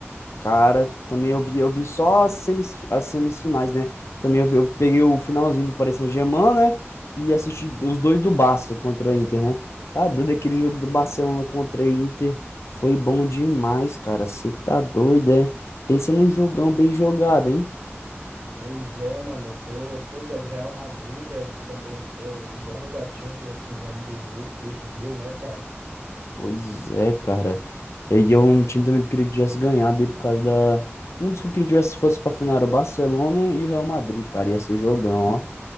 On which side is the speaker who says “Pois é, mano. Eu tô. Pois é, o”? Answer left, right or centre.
Right